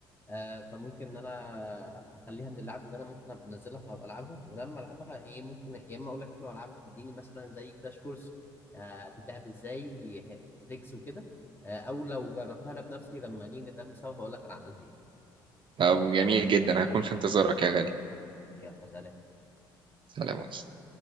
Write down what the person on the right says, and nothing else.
طب جميل جدا هكون في انتظارك يا غالي
سلام عليكم.